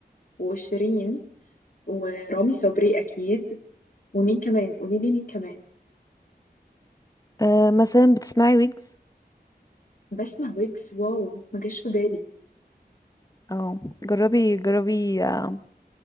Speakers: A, on the left (about 60°); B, on the left (about 20°).
A: وشيرين ورامي صبري اكيد ومين كمان قولي لي مين كمان
B: آه، مثلا بتسمعي ويجز
A: بسمع ويجز واو ما جاش في بالي
B: اه جربي جربي آه،